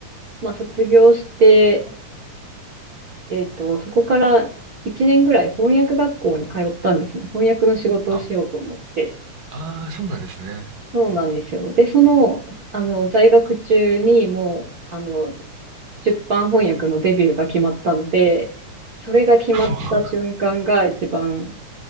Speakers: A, on the right; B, on the right.
A: まあ卒業して、えっと、そこから1年ぐらい翻訳学校に通ったんですね。翻訳の仕事をしようと思って。
B: あ、ああ、そうなんですね。
A: そうなんですよ。
B: うんうん
A: で、その、あの、在学中にもう、あの、出版翻訳のデビューが決まったので、それが決まった瞬間が一番
B: すごい、